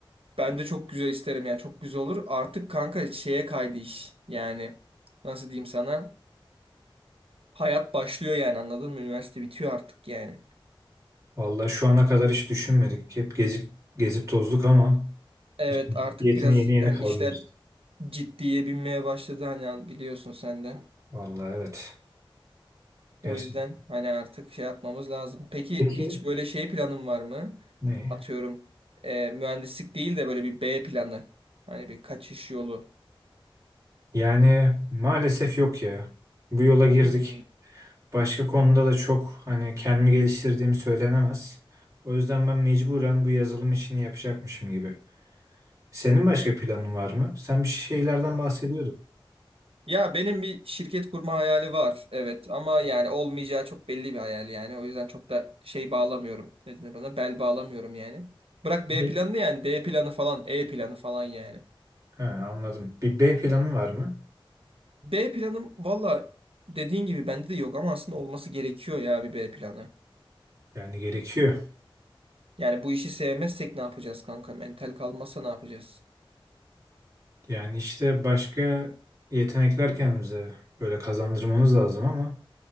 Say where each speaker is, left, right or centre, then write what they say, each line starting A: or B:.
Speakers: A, on the right; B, on the right.
A: Ben de çok güzel isterim yani çok güzel olur. Artık kanka şeye kaydı iş. Yani nasıl diyeyim sana? Hayat başlıyor yani anladın mı? Üniversite bitiyor artık yani.
B: Vallahi şu ana kadar hiç düşünmedik. Hep gezip gezip tozduk ama.
A: Evet
B: İşin ciddiyetini
A: artık biraz
B: yeni yeni
A: hani
B: kavruyoruz.
A: işler ciddiye binmeye başladı hani an- biliyorsun sen de.
B: Vallahi evet. Gerçekten.
A: O yüzden hani artık şey yapmamız lazım. Peki
B: Peki
A: hiç böyle şey planın var mı?
B: ne?
A: Atıyorum e, mühendislik değil de böyle bir B planı. Hani bir kaçış yolu.
B: Yani maalesef yok ya. Bu yola girdik.
A: Hmm.
B: Başka konuda da çok hani kendimi geliştirdiğim söylenemez. O yüzden ben mecburen bu yazılım işini yapacakmışım gibi. Senin başka planın var mı? Sen bir şeylerden bahsediyordun.
A: Ya benim bir şirket kurma hayali var. Evet ama yani olmayacağı çok belli bir hayal yani. O yüzden çok da şey bağlamıyorum. Ne denir ona? Bel bağlamıyorum yani. Bırak
B: Ne?
A: B planını yani D planı falan, E planı falan yani.
B: He, anladım. Bir B planın var mı?
A: B planım valla dediğin gibi bende de yok ama aslında olması gerekiyor ya bir B planı.
B: Yani gerekiyor.
A: Yani bu işi sevmezsek ne yapacağız kanka? Mental kalmazsa ne yapacağız?
B: Yani işte başka yetenekler kendimize böyle kazandırmamız lazım ama